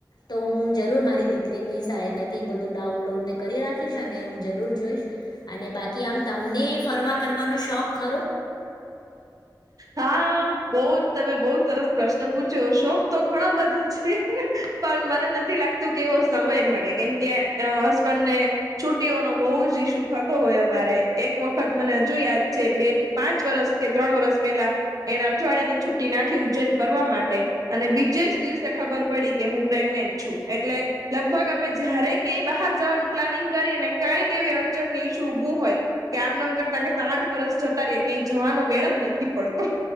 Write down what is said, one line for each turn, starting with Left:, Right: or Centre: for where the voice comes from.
Left: તો હું જરૂર મારી દીકરીની સહાયતાથી એ બધું ડાઉનલોડને કરી રાખીશ અને હું જરૂર જોઈશ. અને બાકી આમ તમને ફરવા કરવાનો શોખ ખરો?
Right: હા બહુ તમે બહુ સરસ પ્રશ્ન પૂછ્યો શોખ તો ઘણો બધો છે. પણ મને નથી લાગતું કે એવો સમય મળે કેમ કે અ હસબન્ડ ને છુટીઓનો બહુ જ ઇસ્યુ થતો હોય અમારે એક વખત મને હજુ યાદ છે બે પાં પાંચ વર્ષ કે ત્રણ વર્ષ પેલા એને અઠવાડિયાની છુટી નાખી ઉજ્જૈન ફરવા માટે. અને બીજે જ દિવસે ખબર પડી કે હું પ્રેગ્નેન્ટ છું એટલે લગભગ અમે જ્યારે ક્યાંય બહાર જવાનું પ્લાનિંગ કરીએ ને કંઈક એવી અડચણ ને ઇસ્યુ ઊભું હોય. કે આમનેમ કરતા કે આઠ વર્ષ જતા રયા ક્યાંય જવાનો મેળ જ નથી પડતો.